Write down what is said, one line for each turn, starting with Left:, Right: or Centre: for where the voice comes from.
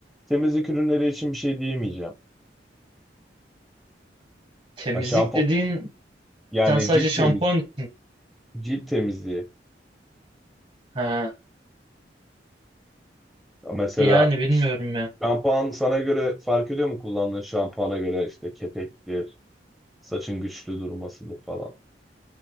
Centre: Temizlik ürünleri için bir şey diyemeyeceğim.
Right: Temizlik
Centre: Ha, şampu
Right: dediğin
Centre: yani
Right: sen sadece
Centre: cilt
Right: şampuan
Centre: temiz
Right: için.
Centre: cilt temizliği.
Right: Ha,
Centre: Mesela
Right: yani bilmiyorum ya.
Centre: şampuan sana göre fark ediyor mu kullandığın şampuana göre işte kepektir, saçın güçlü durmasıdır falan.